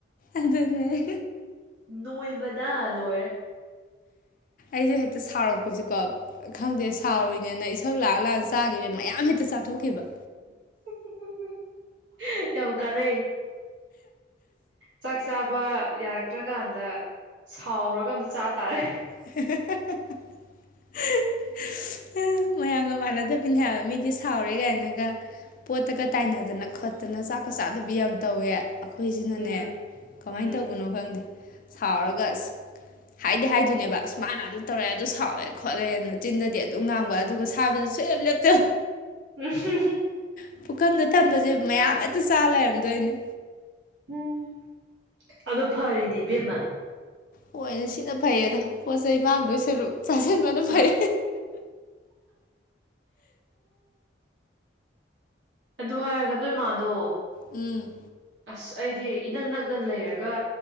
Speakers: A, on the left (about 45°); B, on the right (about 80°).
A: ꯑꯗꯨꯅꯦ ꯑꯍ__꯫
B: ꯅꯣꯏꯃꯗ ꯂꯣꯏꯔꯦ꯫
A: ꯑꯩꯖꯨ ꯍꯦꯛꯇ ꯁꯥꯎꯔꯛꯄꯁꯦꯀꯣ꯫ ꯈꯪꯗꯦ ꯁꯥꯎꯔꯤꯅꯦꯅ ꯏꯁꯧ ꯂꯥꯡꯑ ꯂꯥꯡꯑ ꯆꯥꯒꯤ_ ꯃꯌꯥꯝ ꯍꯦꯛꯇ ꯆꯥꯊꯣꯛꯈꯤꯕ꯫
B: <unintelligible> ꯌꯥꯝ ꯀꯅꯩꯌꯦ꯫ ꯆꯥꯛ ꯆꯥꯕ ꯌꯥ__꯫ ꯇ꯭ꯔꯀꯥꯟꯗ ꯁꯥꯎꯔꯒ ꯑꯝꯇ ꯆꯥ ꯇꯥꯔꯦ꯫
A: <unintelligible> ꯃꯌꯥꯝꯒ ꯃꯥꯟꯅꯗꯕꯤꯅꯦ ꯍꯥꯏꯕ ꯃꯤꯗꯤ ꯁꯥꯎꯔꯦ ꯀꯥꯏꯅꯒ꯫ ꯄꯣꯠꯇꯒ ꯇꯥꯏꯅꯗꯅ ꯈꯣꯠꯇꯅ ꯆꯥꯛꯀ ꯆꯥꯗꯕꯤ ꯌꯥꯝ ꯇꯧꯋꯦ꯫ ꯑꯩꯈꯣꯏꯖꯤꯅꯅꯦ
B: ꯎꯝ
A: ꯀꯃꯥꯏ
B: ꯎꯝ
A: ꯇꯧꯕꯅꯣ ꯈꯪꯗꯦ ꯁꯥꯎꯔꯒ ꯑꯁ꯫ ꯍꯥꯏꯗꯤ ꯍꯥꯏꯗꯨꯏꯅꯦ_꯫ ꯕ ꯑꯁ ꯃꯅꯥ ꯑꯗꯨ ꯇꯧꯔꯛꯌꯦ ꯑꯗꯨ ꯁꯥꯎꯋꯦ ꯈꯣꯠꯂꯦꯅ ꯆꯤꯟꯗꯗꯤ ꯑꯗꯨꯝ ꯉꯥꯡꯕ ꯑꯗꯨꯒ ꯁꯥꯏꯕꯗꯤ ꯁꯨꯡꯂꯦꯞ ꯂꯦꯞꯇꯦ
B: <unintelligible>
A: ꯍꯥ ꯄꯨꯈꯝꯗ ꯊꯝꯕꯁꯦ
B: ꯎꯝ
A: ꯃꯌꯥꯝ ꯍꯦꯛꯇ ꯆꯥ ꯂꯩꯔꯝꯗꯣꯏꯅꯦ
B: <unintelligible> ꯑꯗꯨ ꯐꯔꯤꯅꯦ ꯏꯕꯦꯝꯃꯥ
A: ꯍꯣꯏ ꯁꯤꯅ ꯐꯩꯌꯦꯗꯥ ꯄꯣꯠ ꯆꯩ ꯃꯥꯡꯗꯣꯏ ꯁꯔꯨꯛ ꯆꯥꯁꯤꯟꯕꯅ ꯐꯩ
B: ꯑ ꯑꯗꯨ ꯍꯥꯏꯔꯒ ꯅꯣꯏꯃꯗꯣ
A: ꯎꯝ
B: ꯑꯁ ꯑꯩꯗꯤ ꯏꯅꯛ ꯅꯛꯅ ꯂꯩꯔꯒ